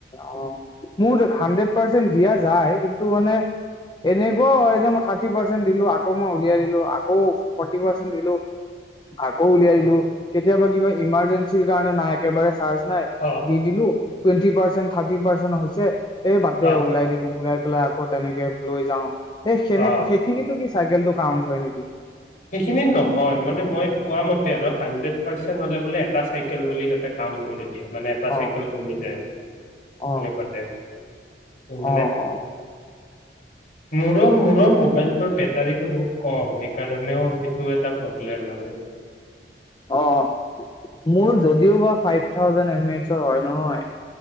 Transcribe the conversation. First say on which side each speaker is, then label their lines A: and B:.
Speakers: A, on the left; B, on the left.
A: অ মোৰ হাড্ৰেড পাৰ্চেন্ট দিয়া যাই এটা চাইকেল চেছ হয় জাই অ'। মুঠ হাণ্ড্ৰেত পাৰ্চেণ্ট দিয়া যায় কিন্তু মানে এনেকুৱাও হয় যে মই থাৰ্টি পাৰ্চেণ্ট দিলো আকৌ মই উলিয়াই দিলো আকৌ ফৰ্টি পাৰ্চেন্ট দিলো আকৌ উলিয়াই
B: অ
A: দিলো কেতিয়াবা কি হয় ইমাৰজেঞ্চি গানে নাই একেবাৰে চাৰ্জ নাই
B: অ
A: টো টুৱেণ্তি পাৰ্চেণ্ট থাৰ্টি পাৰ্চেন্ট হৈছে এই বাদে
B: অ
A: ওলাই দিম ওলাই আহ পেলাই আকৌ তেনেকে লৈ যাওঁ। সেই সেনে
B: অ
A: সেইখিনিতো কি চাইকেলটো কাউন্ট হয় নেকি?
B: সেইখিনিত নহয় মানে মই পোৱা মতে আৰু হানড্ৰে পাৰ্চ হলে বোলে এটা চাইকেল বুলি সিহঁতে কাম কৰিলে মানে এটা চাইকেল
A: অ
B: কমি যায় আৰু
A: অ
B: তেনেকুৱাতে মানে
A: অ অ
B: মোৰো মোৰো মোবাইলটোৰ বেটাৰীটো বহুত কম সেই কাৰণেওঁ সেইটো এটা প্ৰব্লেম আৰু
A: অ', মোৰ যদিও বা ফাইভ থাউজেন এডমিদতো হয় নহয়